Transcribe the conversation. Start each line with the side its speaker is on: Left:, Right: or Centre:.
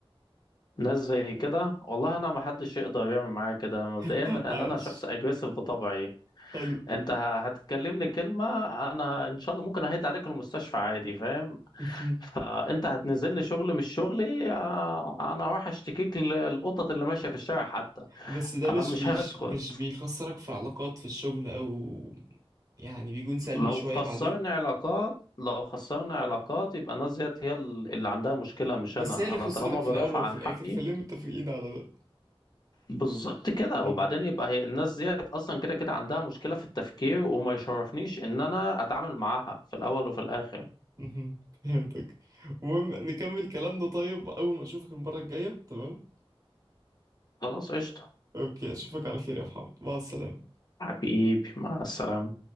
Left: ناس زي كده والله أنا ما حدش يقدر يعمل معايا كده مبدئيا
Right: <laughs>
Left: لأن
Right: عايش
Left: أنا شخص أجريسيف بطبعي
Right: حلو
Left: أنت ه- هتكلمني كلمة أنا إن شاء الله ممكن أهد عليك المستشفى عادي فاهم
Right: <laughs>
Left: فانت هتنزلني شغل مش شغلي آه، انا هروح اشتكيك للقطط اللي ماشيه في الشارع حتى
Right: بس ده
Left: انا
Right: مش
Left: مش
Right: بيش
Left: هسكت
Right: مش بيخسرك في علاقات في الشغل او يعني بيكون سلبي
Left: لو
Right: شوية
Left: خسرنا
Right: بعدين
Left: علاقات لو خسرنا علاقات يبقى الناس ديت هي اللي عندها مشكله مش
Right: بس
Left: انا
Right: هي اللي
Left: انا
Right: خسرتك
Left: طالما
Right: في
Left: بدافع
Right: الاول وفي
Left: عن
Right: الاخر
Left: حقي
Right: خلينا متفقين على ده
Left: بالظبط كده
Right: مم.
Left: وبعدين يبقى هي الناس ديت اصلا كده كده عندها مشكله في التفكير وما يشرفنيش ان انا اتعامل معاها في الاول وفي الاخر
Right: مهم. فهمتك المهم نكمل كلامنا طيب اول ما اشوفك المرة الجاية تمام
Left: خلاص قشطه
Right: اوكي اشوفك على خير يا محمد مع السلامة
Left: حبيبي مع السلامه